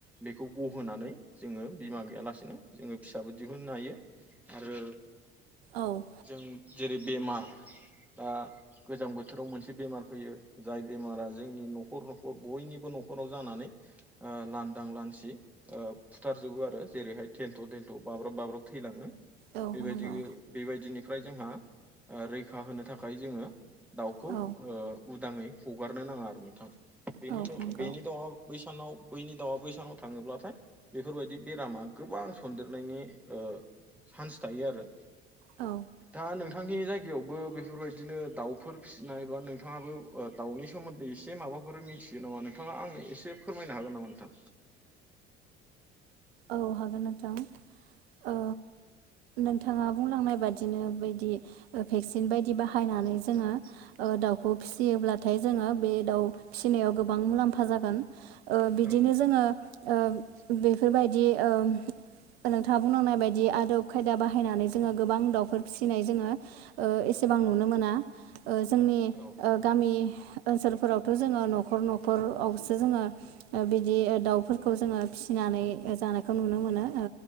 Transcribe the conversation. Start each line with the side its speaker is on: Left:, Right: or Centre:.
Centre: बेखौ गहोनानै जोङो बिमा गैयालासेनो जोङो फिसाबो दिहुननो हायो। आरो
Right: औ
Centre: जों जेरै बेमार दा गोजां बोथोराव मोनसे बेमार फैयो जाय बेमारा जोंनि न'खर न'खर बयनिबो न'खराव जानानै ओ लांदां लानसि ओ फुथारजोबो आरो जेरैहाय थेन्थ' थेन्थ' बाब्राब-बाब्राब थैलाङो
Right: औ
Centre: बेबायदि-बेबायदिनिफ्राय
Right: नंगौ
Centre: जोंहा ओ रैखा होनो थाखाय जोङो दाउखौ
Right: औ
Centre: ओ उदाङै हगारनो नाङा आरो नोंथां। बेनि
Right: औ
Centre: न'
Right: नंगौ
Centre: बेनि दाउआ बैसानाव बैनि दाउआ बैस सानाव थाङोब्लाथाय बेफोरबायदि बेरामा गोबां सन्देरनायनि ओ चान्स थायो आरो
Right: औ
Centre: दा नोंथांनि जायगायावबो बेफोरबायदिनो दाउ फोर फिसिनाय बा नोंथाङाबो ओ दाउनि सोमोन्दै एसे माबाफोर मिथियो नामा नोंथाङा आंनो एसे फोरमा <unintelligible> नो हागोन नामा नोंथां
Right: औ हागोन नोंथां ओ नोंथाङा बुंलांनाय बादिनो बैदि भेक्सिन बायदि बाहायनानै जोङो ओ दाउखौ फिसियोब्लाथाय जोङो बे दाउ फिसिनायाव गोबां मुलाम्फा जागोन ओ बिदिनो
Centre: औ नोंथां
Right: जोङो ओ बेफोरबायदि ओ नोंथाङा बुंलांनाय बायदि आदब खायदा बाहायनानै जोङो गोबां दाउफोर फिसिनाय जोङो ओ सिबां नुनो मोना ओ जोंनि
Centre: औ
Right: गामि ओनसोलफोरावथ' जोङो न'खर न'खरावसो जोङो बिदि दाउफोरखौ जोङो फिसिनानै जानायखौ नुनो मोनो ओ